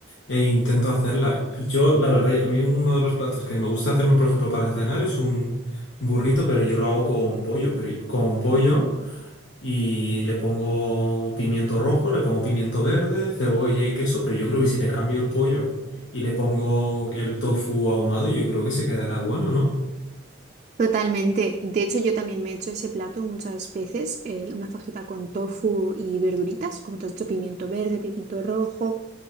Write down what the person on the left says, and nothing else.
e intento hacerla. Yo, la verdad, a mí uno de los platos que me gusta hacerme, por ejemplo, para cenar es un burrito, pero yo lo hago con pollo, pero yo- con pollo y le pongo pimiento rojo, le pongo pimiento verde, cebolla y queso, pero yo creo que si le cambio el pollo y le pongo el tofu ahumado, yo creo que se quedará bueno, ¿no?